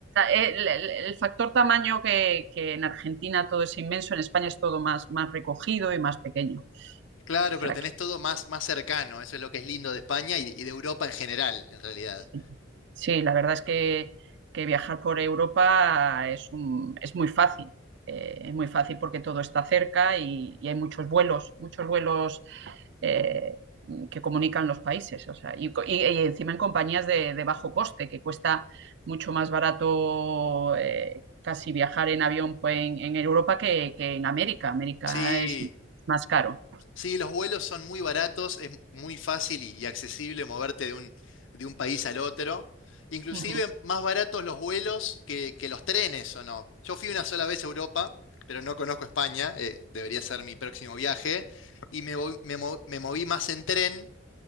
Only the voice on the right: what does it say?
el, el, el, factor tamaño que, que, en Argentina todo es inmenso, en España es todo más, más recogido y más pequeño. O
sea
que,
sí. sí, la verdad es que, que, viajar por Europa es, un, es muy fácil. Eh, es muy fácil porque todo está cerca y, y hay muchos vuelos, muchos vuelos eh, que comunican los países. O sea, y, y- y encima en compañías de, de bajo coste, que cuesta mucho más barato eh, casi viajar en avión pues, en, en Europa que, que en América. América
es más caro.
Ujú.